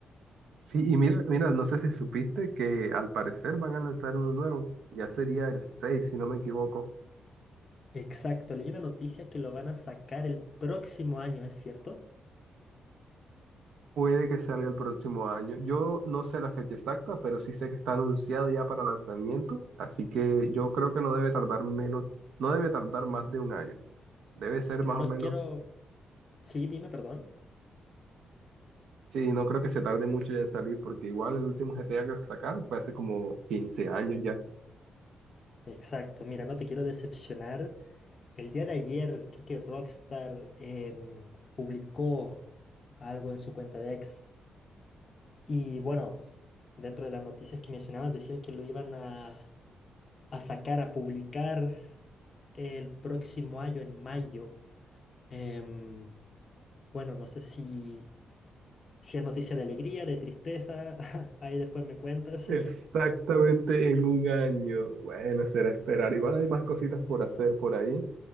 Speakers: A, on the right; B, on the left.
A: Sí, y mira, mira, no sé si supiste que al parecer van a lanzar uno nuevo, ya sería el 6, si no me equivoco.
B: Exacto, leí una noticia que lo van a sacar el próximo año, ¿es cierto?
A: Puede que salga el próximo año. Yo no sé la fecha exacta, pero sí sé que está anunciado ya para lanzamiento, así que yo creo que no debe tardar menos, no debe tardar más de un año. Debe ser
B: Mira,
A: más
B: no
A: o menos,
B: quiero... Sí, dime, perdón.
A: sí, no creo que se tarde mucho ya en salir, porque igual el último GTA que sacaron fue hace como quince años ya.
B: Exacto, mira, no te quiero decepcionar. El día de ayer creo que Rockstar em, publicó algo en su cuenta de X. Y bueno, dentro de las noticias que mencionabas, decían que lo iban a, a sacar, a publicar el próximo año, en mayo. Em, bueno, no sé si, si es noticia de alegría, de tristeza, <laughs> ahí después me cuentas.
A: Exactamente en un año. Bueno, será esperar. Igual hay más cositas por hacer por ahí.